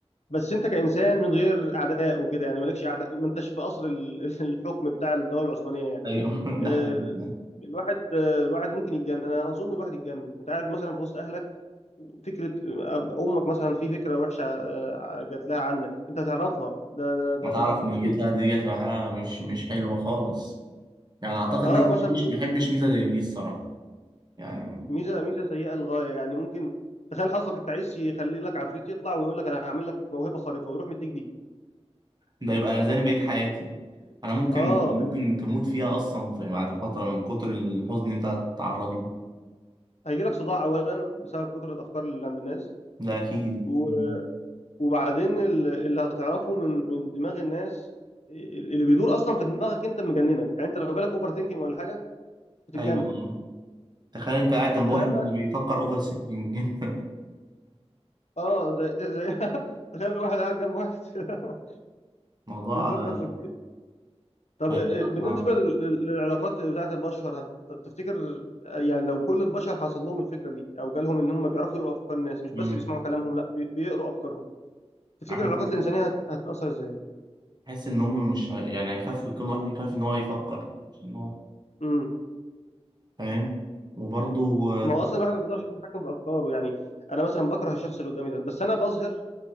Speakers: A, on the left; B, on the right.
A: بس انت كانسان من غير اعداء وكده يعني مالكش اعداء ما انتش في قصر ال- <laughs> الحكم بتاع الدوله العثمانيه يعني
B: أيوه <laughs>
A: آه،
B: ده حقيقي
A: الواحد آه، الواحد ممكن يتجنن انا اظن الواحد يتجنن انت قاعد مثلا في وسط اهلك فكره آه، امك مثلا في فكره وحشه آه، جات لها عنك انت تعرفها ده ده ده
B: ما تعرف
A: ممكن
B: نيتها
A: ي-
B: دي هتبقى حاجة مش مش حلوة خالص يعني أعتقد إن
A: اه
B: أنا
A: مثلا
B: مبحبش مبحبش ميزة زي دي الصراحة يعني
A: ميزه ميزه سيئه للغايه يعني ممكن تخيل حظك انت عايز يخلي لك عفريت يطلع ويقول لك انا هعمل لك موهبه خارقه ويروح مديك دي
B: ده يبقى أذاني بقية حياتي أنا ممكن
A: اه
B: ممكن
A: انت
B: تموت فيها أصلا في بعد فترة من كتر الحزن اللي أنت هتتعرض له
A: هيجي لك صداع اولا بسبب كتر الافكار اللي عند الناس
B: ده أكيد
A: و-
B: مم.
A: وبعدين ال- اللي هتعرفه من من دماغ الناس ال- اللي بيدور اصلا في دماغك انت مجننك يعني انت لو جالك اوفر ثينكينج ولا حاجه بتتجنن
B: أيوة والله تخيل أنت قاعد جنب
A: تخيل
B: واحد بيفكر
A: بقى
B: أوفر سينكينج <laughs>
A: اه زي زي <laughs> تخيل واحد قاعد جنب واحد <laughs>
B: موضوع
A: بيفكر
B: آه،
A: في طب
B: هيبقى
A: آه، آه، بالنسبة
B: آه.
A: لل- لل- للعلاقات بتاعت البشر هت- تفتكر آه، يعني لو كل البشر حصل لهم الفكرة دي أو جالهم إن هم بيعرفوا يقروا أفكار الناس مش
B: مم.
A: بس بيسمعوا كلامهم لا بي- بيقروا أفكارهم تفتكر
B: أحس
A: العلاقات الإنسانية هت- هتتأثر إزاي؟
B: أحس إن هم مش هي- يعني هيخافوا كل واحد يخاف إن هو يفكر عشان هو
A: امم
B: فاهم وبرضه
A: ما هو أصلا الواحد ما بيقدرش يتحكم في أفكاره يعني أنا مثلا بكره الشخص اللي قدامي ده بس أنا بظهر